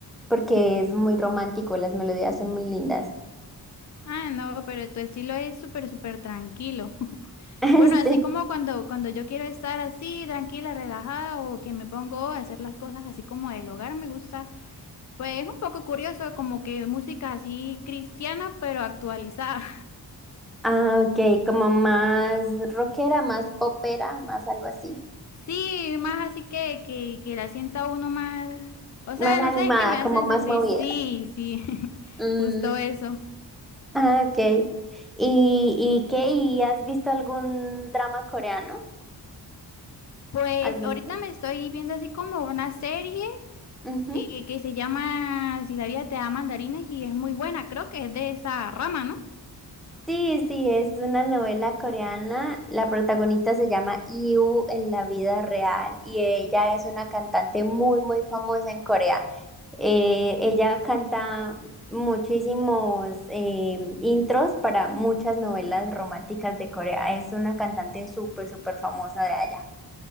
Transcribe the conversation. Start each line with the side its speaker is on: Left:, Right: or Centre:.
Centre: porque es muy romántico, las melodías son muy lindas.
Left: Ah, no, pero tu estilo es súper, súper tranquilo. <laughs>
Centre: <laughs>
Left: Bueno, así
Centre: Sí.
Left: como cuando, cuando yo quiero estar así, tranquila, relajada, o que me pongo a hacer las cosas así como del hogar, me gusta. Pues es un poco curioso, como que música así cristiana, pero actualizada.
Centre: Ah, ok, como más rockera, más popera, más algo así.
Left: <laughs> Sí, más así que, que, que la sienta uno más. O sea,
Centre: Más animada,
Left: no sé, es que me hacen
Centre: como más
Left: sentir.
Centre: movida.
Left: Sí, sí, <laughs>
Centre: Mm,
Left: justo eso.
Centre: ah, ok. ¿Y, y qué? ¿Y has visto algún drama coreano
Left: Pues
Centre: alguna
Left: ahorita
Centre: vez?
Left: me estoy viendo así como una serie
Centre: Ujú.
Left: eh, que se llama Si la vida te da mandarines y es muy buena, creo que es de esa rama, ¿no?
Centre: Sí, sí, es una novela coreana. La protagonista se llama Iu en la vida real y ella es una cantante muy, muy famosa en Corea. Eh, ella canta muchísimos eh, intros para muchas novelas románticas de Corea. Es una cantante súper, súper famosa de allá.